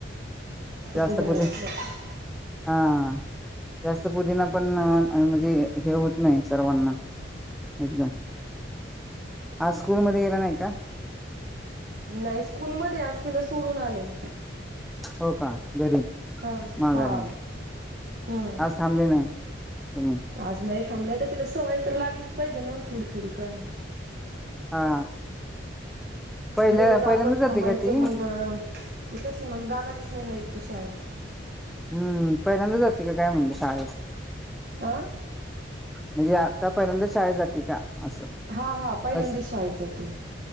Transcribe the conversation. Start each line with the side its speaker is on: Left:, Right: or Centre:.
Centre: जास्त
Right: पुदिना
Centre: पुदीना
Right: घातला का?
Centre: हा जास्त पुदिना पण म्हणजे हे होत नाही सर्वांना एकदम आज स्कुलमध्ये गेला नाही का
Right: नाही स्कुलमध्ये आज तिला सोडुन आले
Centre: हो का घरी
Right: हा
Centre: माघारी
Right: हा हम्म
Centre: आज थांबले नाही तुम्ही
Right: आज नाही थांबल्या तर तिला सवय तर लागलीच पाहिजे ना थोडी थोडी का होय ना
Centre: हा पहिल्या
Right: दररोज आपण
Centre: पहिल्यांदा जाते
Right: थांबायचं
Centre: का ती?
Right: मग त तशी मग जाणारच नाही ना एकटी शाळेत
Centre: हम्म पहिल्यांदा जाते काय मग शाळेत
Right: अं
Centre: म्हणजे आतापर्यंत शाळेत जाती का असं
Right: हा हा पहिल्यांदीच
Centre: बस
Right: शाळेत जातीय.